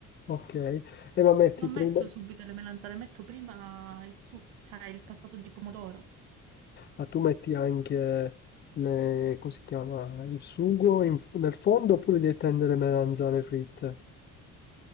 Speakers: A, on the left; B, on the right.
A: Ok. E ma metti
B: Non
A: prima
B: metto
A: ok.
B: subito le melanzane, metto prima il su, cioè il passato di pomodoro.
A: Ma tu metti anche le, come si chiama, il sugo in- nel fondo oppure devi tendere melanzane fritte?